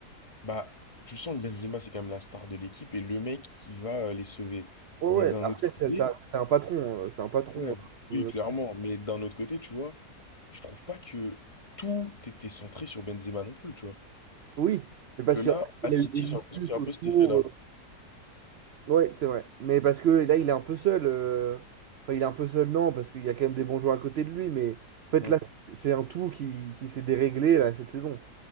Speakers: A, on the left; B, on the right.
A: Bah, tu sens que Benzema, c'est quand même la star de l'équipe et le mec qui va euh, les sauver.
B: Ouais,
A: Mais
B: ouais.
A: d'un
B: Après,
A: autre
B: c'est
A: côté,
B: ça, c'était un patron. euh, C'est un patron.
A: ouais,
B: euh,
A: oui, clairement. Mais d'un autre côté, tu vois, je trouve pas que tout était centré sur Benzema non plus, tu vois.
B: oui. Mais parce
A: Que là,
B: qu'après,
A: à
B: il
A: City,
B: a eu des discussions
A: j'ai l'impression qu'il y a un
B: autour.
A: peu cet effet-là.
B: euh, Ouais, c'est vrai. Mais parce que là, il est un peu seul. euh, Enfin, il est un peu seul, non, parce qu'il y a quand même des bons joueurs à côté de lui. Mais en fait,
A: Mm.
B: là, c'est c'est un tout qui, qui s'est déréglé là, cette saison.